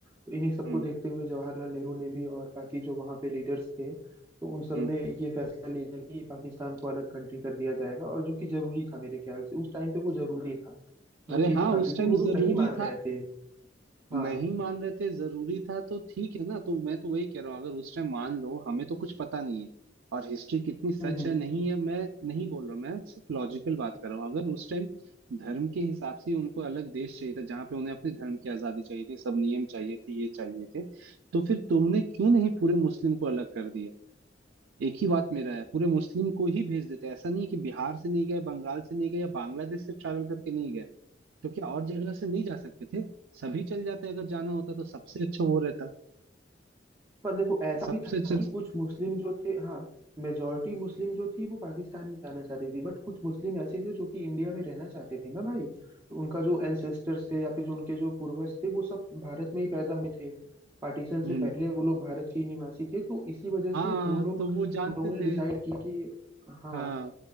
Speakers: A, on the right; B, on the right.
A: तो इन्हीं सबको
B: हम्म
A: देखते हुए जवाहरलाल नेहरू ने भी और बाकी जो वहाँ पे लीडर्स थे तो उन सब
B: हम्म
A: ने ये फैसला लिया कि पाकिस्तान को अलग कंट्री कर दिया जाएगा और जो कि जरूरी था मेरे ख्याल से उस टाइम पे वो जरूरी था वो
B: अरे
A: चीज
B: हाँ
A: था क्योंकि
B: उस टाइम
A: वो लोग
B: जरूरी
A: नहीं मान रहे
B: था
A: थे
B: नहीं
A: हाँ
B: मान रहे थे जरूरी था तो ठीक है ना तो मैं तो वही कह रहा हूँ अगर उस टाइम मान लो हमें तो कुछ पता नहीं है और हिस्ट्री कितनी सच
A: हम्म हम्म।
B: है नहीं है मैं नहीं बोल रहा हूँ मैं सिर्फ लॉजिकल बात कर रहा हूँ अगर उस टाइम धर्म के हिसाब से उनको अलग देश चाहिए था जहाँ पे उन्हें अपने धर्म की आजादी चाहिए थी सब नियम चाहिए थे ये चाहिए थे तो फिर तुमने क्यों नहीं पूरे मुस्लिम को अलग कर दिया एक ही बात मेरा है पूरे मुस्लिम को ही भेज देते हैं ऐसा नहीं है कि बिहार से नहीं गए बंगाल से नहीं गए या बांग्लादेश से ट्रैवल करके नहीं गए तो क्या और जगह से नहीं जा सकते थे सभी चल जाते अगर जाना होता तो सबसे अच्छा वो रहता
A: पर देखो ऐसा
B: सबसे
A: भी था
B: अच्छा
A: कि कुछ मुस्लिम जो थे हाँ मेजोरिटी मुस्लिम जो थी वो पाकिस्तान में जाना चाहती थी बट कुछ मुस्लिम ऐसे थे जो कि इंडिया में रहना चाहते थे ना भाई तो उनका जो एंसेस्टर्स थे या फिर जो उनके जो पूर्वज थे वो सब भारत में ही पैदा हुए थे पार्टीशन
B: हम्म
A: से पहले वो लोग भारत के ही निवासी थे तो इसी वजह
B: हाँ
A: से वो लोग
B: तो वो जानते
A: उन लोगों ने
B: थे
A: डिसाइड किया कि हाँ
B: हाँ